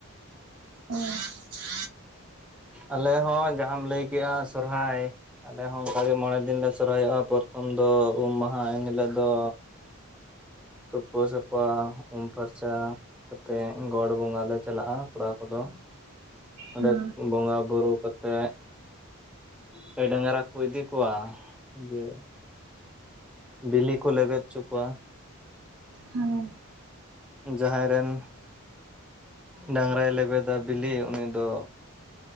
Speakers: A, on the right; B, in the centre.
A: <inaudible>
B: ᱟᱞᱮ ᱦᱚᱸ ᱡᱟᱦᱟᱢ ᱞᱟᱹᱭᱠᱮᱜᱼᱟ ᱥᱚᱨᱦᱟᱭ ᱟᱞᱮ ᱦᱚᱸ ᱚᱱᱠᱟᱜᱮ ᱢᱚᱬᱮ ᱫᱤᱱ ᱞᱮ ᱥᱚᱨᱦᱟᱭᱚᱜᱼᱟ ᱯᱨᱚᱛᱷᱚᱢ ᱫᱚ ᱩᱢ ᱢᱟᱦᱟ ᱮᱱ ᱦᱤᱞᱳᱜ ᱫᱚ ᱛᱳᱯᱚ ᱥᱟᱯᱟ ᱩᱢ ᱯᱷᱟᱨᱪᱟ ᱠᱚᱛᱮ ᱜᱚᱰ ᱵᱚᱸᱜᱟ ᱞᱮ ᱪᱟᱞᱟᱜ-ᱟ ᱠᱚᱲᱟ ᱠᱚᱫᱚ ᱚᱸᱰᱮ
A: ᱦᱩᱸ
B: ᱵᱚᱸᱜᱟ ᱵᱩᱨᱩ ᱠᱟᱛᱮᱜ ᱜᱟᱹᱭ ᱰᱟᱝᱜᱟᱨᱟ ᱠᱚ ᱤᱫᱤ ᱠᱚᱣᱟ ᱡᱮ ᱵᱤᱞᱤ ᱠᱚ ᱞᱮᱵᱮᱫ ᱩᱪᱩ ᱠᱩᱣᱟ
A: ᱦᱩᱸ
B: ᱡᱟᱦᱟᱸᱭ ᱨᱮᱱ ᱰᱟᱝᱜᱟᱨᱟᱭ ᱞᱮᱵᱮᱫᱟ ᱵᱤᱞᱤ ᱩᱱᱤ ᱫᱚ